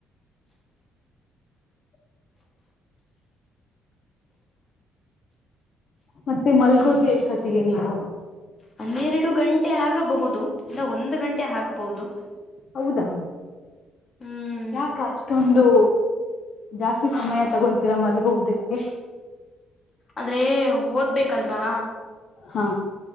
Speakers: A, on the left (about 65°); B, on the left (about 40°).
A: <inaudible> ಮತ್ತೆ ಮಲ್ಗೋತಿ ಎಕತ್ತಿಗೆ ನೀವು
B: ಹನ್ನೆರಡು ಗಂಟೆ ಆಗಬಹುದು ಇಲ್ಲ ಒಂದು್ ಗಂಟೆ ಆಗ್ಬಹುದು
A: ಹೌದಾ
B: ಹ್ಮ್
A: ಯಾಕ ಅಷ್ಟೊಂದು ಜಾಸ್ತಿ ಸಮಯ ತಗೋತೀರ ಮಲಗುವುದಕ್ಕೆ
B: ಆದ್ರೆ ಓದ್ಬೇಕಲ್ವಾ
A: ಹಾ